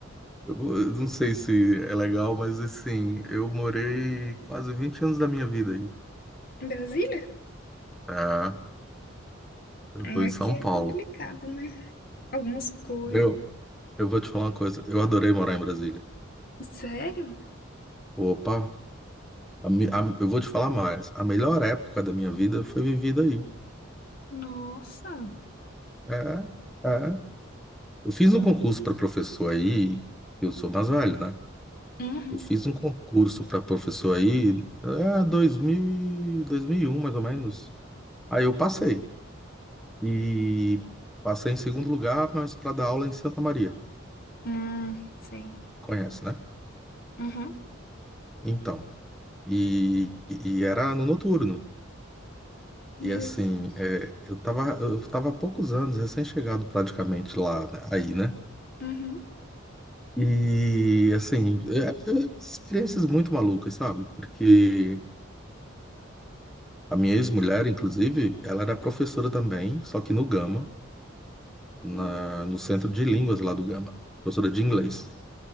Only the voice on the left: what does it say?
Em Brasília?
É,
aqui
é
complicado, né? Algumas coisas.
Sério?
Nossa.
é.
Uhum.
Hum, sim.
Uhum.
Meu
Deus.
Uhum.
Hum,